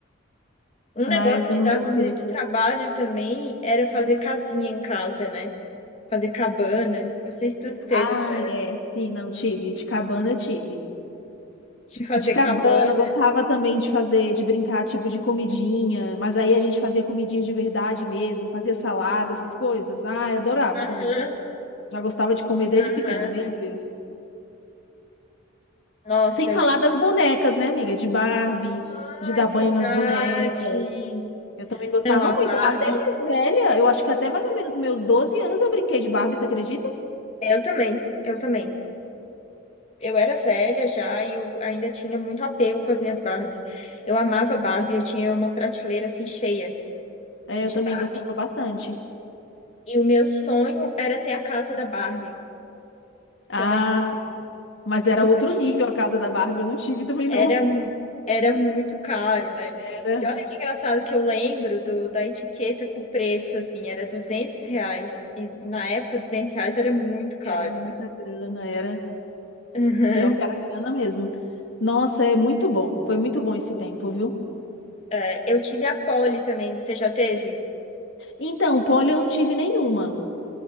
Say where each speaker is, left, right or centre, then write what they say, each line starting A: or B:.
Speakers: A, on the left; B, on the left.
A: Um
B: Ah,
A: negócio
B: essa
A: que
B: eu não
A: dava
B: brinquei.
A: muito trabalho também era fazer casinha em casa, né? fazer cabana. Não sei se tu teve
B: Ah,
A: essa
B: é. Sim, não tive. De cabana eu tive.
A: de fazer
B: De cabana,
A: cabana.
B: eu gostava também de fazer, de brincar, tipo, de comidinha. Mas aí a gente fazia comidinha de verdade mesmo, fazia salada, essas coisas. Ah, eu adorava
A: Aham.
B: também. Já gostava de comer desde
A: aham.
B: pequena, meu Deus.
A: Nossa,
B: Sem falar
A: eu lembro.
B: das bonecas, né, amiga? De Barbie,
A: Ah,
B: de dar
A: é verdade.
B: banho nas bonecas. Eu também gostava
A: Não, a
B: muito.
A: Barbie.
B: Até mais velha, eu acho que até mais ou menos meus 12 anos eu brinquei de Barbie, você acredita?
A: Eu também, eu também. Eu era velha já e eu ainda tinha muito apego com as minhas Barbies. Eu amava Barbie, eu tinha uma prateleira assim cheia
B: É,
A: de
B: eu também
A: Barbie.
B: gostava bastante.
A: E o meu sonho era ter a casa da Barbie. Você
B: Ah,
A: lembra?
B: mas
A: Eu
B: era
A: nunca
B: outro
A: tive.
B: nível a casa da Barbie, eu não tive também
A: era,
B: não.
A: era muito caro, né?
B: Era,
A: E olha que engraçado que eu lembro do, da etiqueta com o preço, assim, era 200 reais. E na época, 200 reais era muito caro,
B: era muita
A: né? <laughs>
B: grana, era
A: Uhum.
B: pior que era grana mesmo. Nossa, é muito bom. Foi muito bom esse tempo, viu?
A: É, eu tive a Poli também, você já teve?
B: Então, poli eu não tive nenhuma.